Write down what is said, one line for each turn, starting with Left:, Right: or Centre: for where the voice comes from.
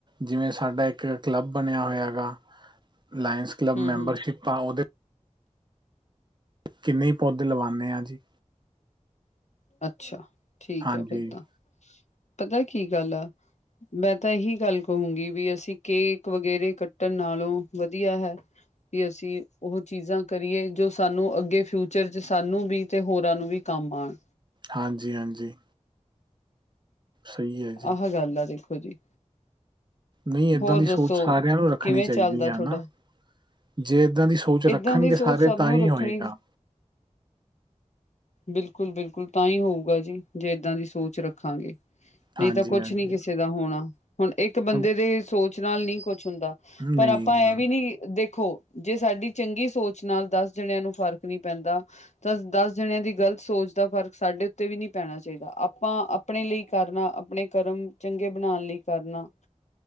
Right: ਜਿਵੇਂ ਸਾਡਾ ਇੱਕ ਕਲੱਬ ਬਣਿਆ ਹੋਇਆ ਗਾ। ਲਾਇੰਸ ਕਲੱਬ
Left: ਹਮ
Right: ਮੈਂਬਰਸ਼ਿਪ
Left: ਹਮ
Right: ਆ ਉਹਦੇ ਕਿੰਨੇ ਪੌਦੇ ਲਵਾਉਂਦੇ ਹਾਂ ਜੀ।
Left: ਅੱਛਾ ਠੀਕ
Right: ਹਾਂਜੀ
Left: ਹੈ ਫਿਰ ਤਾਂ, ਪਤਾ ਕੀ ਗੱਲ ਆ ਮੈਂ ਤਾਂ ਇਹੀ ਗੱਲ ਕਹੂੰਗੀ ਵੀ ਅਸੀਂ ਕੇਕ ਵਗੈਰੇ ਕੱਟਣ ਨਾਲੋਂ ਵਧੀਆ ਹੈ ਵੀ ਅਸੀਂ ਉਹ ਚੀਜ਼ਾਂ ਕਰੀਏ ਜੋ ਸਾਨੂੰ ਅੱਗੇ ਫਿਊਚਰ 'ਚ ਸਾਨੂੰ ਵੀ ਤੇ ਹੋਰਾਂ ਨੂੰ ਵੀ ਕੰਮ ਆਣ।
Right: ਹਾਂਜੀ- ਹਾਂਜੀ। ਸਹੀ ਹੈ ਜੀ
Left: ਆਹ ਗੱਲ ਆ ਦੇਖੋ ਜੀ।
Right: ਨਹੀਂ ਏਦਾਂ
Left: ਹੋਰ
Right: ਦੀ ਸੋਚ
Left: ਦੱਸੋ
Right: ਸਾਰਿਆਂ ਨੂੰ ਰੱਖਣੀ
Left: ਕਿਵੇਂ
Right: ਚਾਹੀਦੀ
Left: ਚੱਲਦਾ
Right: ਆ
Left: ਤੁਹਾਡਾ
Right: ਨਾ। ਜੇ ਏਦਾਂ ਦੀ ਸੋਚ ਰੱਖਣਗੇ
Left: ਏਦਾਂ ਦੀ ਸੋਚ
Right: ਸਾਰੇ
Left: ਸਭ
Right: ਤਾਂਹੀ
Left: ਨੂੰ ਰੱਖਣੀ
Right: ਹੋਏਗਾ।
Left: ਬਿਲਕੁਲ ਬਿਲਕੁਲ ਤਾਂਹੀ ਹੋਊਗਾ ਜੀ। ਜੇ ਇੱਦਾਂ ਦੀ ਸੋਚ ਰੱਖਾਂਗੇ। ਨਹੀਂ
Right: ਹਾਂਜੀ
Left: ਤਾਂ ਕੁਛ
Right: ਹਾਂਜੀ
Left: ਨੀ ਕਿਸੇ ਦਾ ਹੋਣਾ। ਹੁਣ ਇੱਕ ਬੰਦੇ
Right: ਹੁਣ
Left: ਦੇ ਸੋਚ ਨਾਲ ਨਹੀਂ ਕੁਛ ਹੁੰਦਾ। ਪਰ
Right: ਨਹੀਂ
Left: ਆਪਾਂ
Right: ਨਾ।
Left: ਇਹ ਵੀ ਨੀ ਦੇਖੋ, ਜੇ ਸਾਡੀ ਚੰਗੀ ਸੋਚ ਨਾਲ ਦਸ ਜਾਣਿਆਂ ਨੂੰ ਫ਼ਰਕ ਨਹੀਂ ਪੈਂਦਾ। ਤਾਂ ਦਸ ਜਣਿਆਂ ਦੀ ਗ਼ਲਤ ਸੋਚ ਦਾ ਫਰਕ ਸਾਡੇ ਉੱਤੇ ਵੀ ਨੀ ਪੈਣਾ ਚਾਹੀਦਾ। ਆਪਾਂ ਆਪਣੇ ਲਈ ਕਰਨਾ ਆਪਣੇ ਕਰਮ ਚੰਗੇ ਬਣਾਉਣ ਲਈ ਕਰਨਾ।